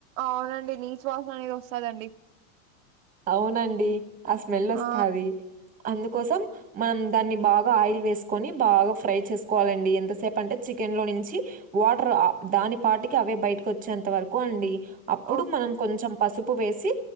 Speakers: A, on the right; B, on the right.
A: అవునండి నీచు వాసన అనేది వస్తాదండి
B: అవునండి ఆ స్మెల్ వస్తాది
A: ఆ
B: అందుకోసం మనం దాన్ని బాగా ఆయిల్ వేసుకొని బాగా ఫ్రై చేసుకోవాలండి ఎంతసేపు అంటే చికెన్లో నుంచి వాటర్ దాని పాటికి అవే బయటకు వచ్చేంత వరకు అండి అప్పుడు
A: ఓకే
B: మనం కొంచెం పసుపు వేసి